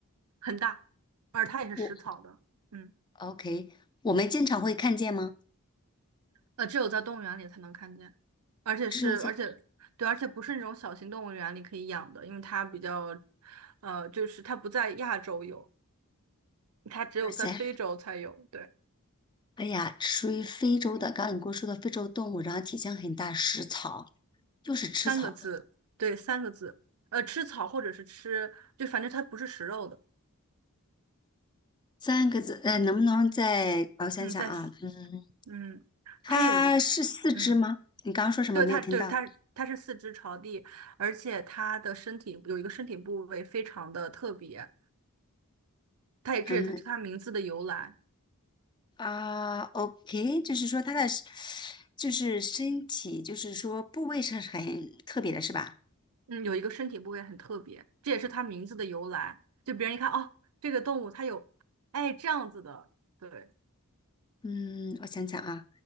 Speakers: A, on the right (about 85°); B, on the left (about 20°).
A: 很大，而它也是食草的，
B: 我
A: 嗯，
B: OK，我们经常会看见吗？
A: 呃，只有在动物园里才能看见，而且是，
B: 只有这
A: 而且对，而且不是那种小型动物园里可以养的，因为它比较，呃，就是它不在亚洲有。它只有在非洲才有，
B: 哇塞，
A: 对，
B: 哎呀，属于非洲的，刚刚你跟我说的非洲动物，然后体型很大，食草，就是吃草的。
A: 三个字，对，三个字，呃，吃草或者是吃，就反正它不是食肉的，
B: 三个字，呃，能不能再我想想啊？
A: 嗯，在，
B: 嗯，
A: 嗯，
B: 它是四肢吗？
A: 它有一个，嗯，
B: 你刚刚说什么没有听到？
A: 对，它，对，它，它是四肢朝地，而且它的身体有一个身体部位非常的特别，它也这也它是它名字的由来，
B: 嗯啊，OK，就是说它的就是身体，就是说部位是很特别的，是吧？
A: 嗯，有一个身体部位很特别，这也是它名字的由来，就别人一看，哦，这个动物它有，哎，这样子的，对，
B: 嗯，我想想啊。